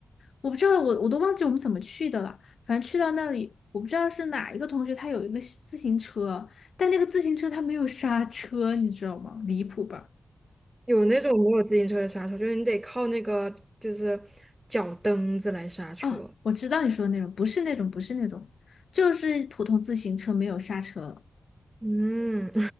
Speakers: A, on the left (about 70°); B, on the right (about 15°).
A: 我不知道我我都忘记我们怎么去的了，反正去到那里，我不知道是哪一个同学他有一个自行车，但那个自行车他没有刹车，你知道吗？离谱吧？
B: 有那种没有自行车的刹车，就是你得靠那个就是脚蹬子来刹车。
A: 哦，我知道你说的那种，不是那种，不是那种，就是普通自行车没有刹车了。
B: 嗯，